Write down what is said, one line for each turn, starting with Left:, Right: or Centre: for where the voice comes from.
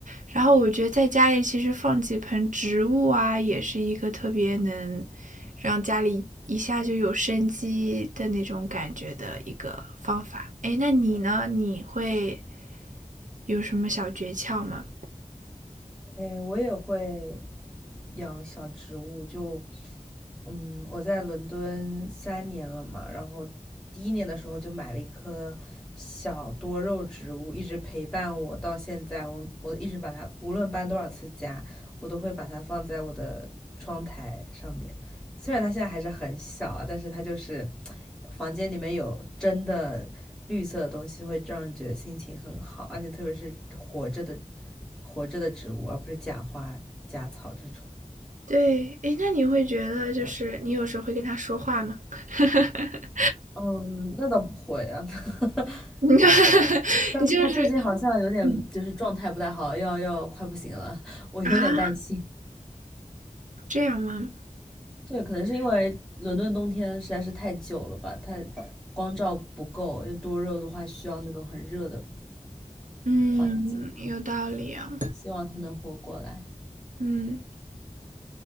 Right: 然后我觉得在家里其实放几盆植物啊，也是一个特别能让家里一下就有生机的那种感觉的一个方法。哎，那你呢？你会有什么小诀窍吗？
Centre: 诶，我也会养小植物，就嗯，我在伦敦三年了嘛，然后第一年的时候就买了一棵小多肉植物，一直陪伴我到现在。我我一直把它，无论搬多少次家，我都会把它放在我的窗台上面。虽然它现在还是很小啊，但是它就是房间里面有真的绿色的东西，会让人觉得心情很好，而且特别是活着的活着的植物，而不是假花、假草这种。
Right: 对，哎，那你会觉得就是你有时候会跟他说话吗？<laughs>
Centre: 嗯，那倒不会啊，<laughs>
Right: <laughs> 你看，
Centre: 但是他最近好像有点就是状态不太好，
Right: 你就是嗯
Centre: 要要快不行了，<laughs> 我有点担心。
Right: 啊，这样吗？
Centre: <laughs> 对，可能是因为伦敦冬天实在是太久了吧，太光照不够，因为多肉的话需要那种很热的
Right: 嗯，
Centre: 环境。
Right: 有道理啊。
Centre: 希望他能活过来。
Right: 嗯，